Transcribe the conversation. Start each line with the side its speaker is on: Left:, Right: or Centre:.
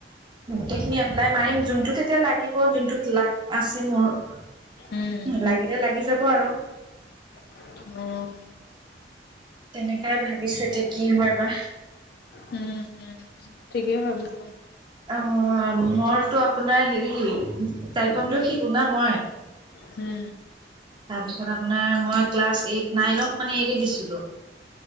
Right: গোটেইখিনি এপ্লাই মাৰিম, যোনটোত এতিয়া লাগিব, যোনটোত লাক আছে মোৰ।
Left: উম
Right: লাগিলে লাগি যাব আৰু।
Left: উম।
Right: তেনেকাই ভাবিছোঁ, এতিয়া কি হয় বা।
Left: উম। ঠিকেই ভাবিছা।
Right: অ' মোৰতো আপোনাৰ হেৰি টাইকোৱান্দো শিকো না মই
Left: হুম।
Right: তাৰপিছত আপোনাৰ মই ক্লাছ এইট নাইনত মানে এৰি দিছিলোঁ।